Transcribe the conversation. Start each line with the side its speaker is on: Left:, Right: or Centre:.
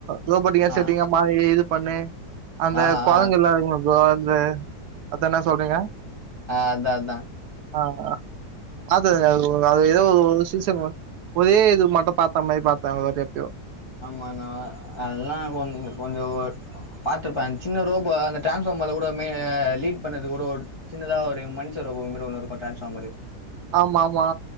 Right: ரோபோட்டிங்கா
Left: ஆ
Right: செட்டிங்கா மாறி இது பண்ணு அந்த
Left: ஆ ஆ
Right: குரங்குலா இருக்குமே ப்ரோ அந்த அதா என்ன சொல்றீங்க
Left: ஆ அதா அதா
Right: ஆ ஆ அது அது ஏதோ ஒரு சீசன் ஒரே இது மட்டு பாத்தா மாரி பாத்தாங்க ஒரு எப்பியோ
Left: ஆமா நா அதெல்லா கொ கொஞ்ச பார்த்திருப்பேன் அந்த சின்ன ரோபோ அந்த டிரான்ஸ்ஃபார்மர்ல கூட மெ லீ்ட் பண்ணது கூட சின்னதா ஒரு மனுஷர் அப்ரோங்க ப்ரோ இன்னுருக்கு டிரான்ஸ்ஃபார்மர்ரு
Right: ஆமா ஆமா